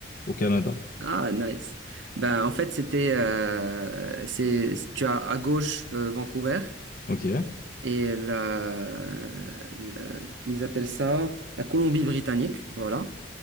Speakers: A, on the left; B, on the right.
A: au Canada.
B: Ah, nice. Ben, en fait, c'était, euh, c'est, tu as à gauche euh, Vancouver
A: Ok.
B: et la, le- ils appellent ça la Colombie-Britannique, voilà.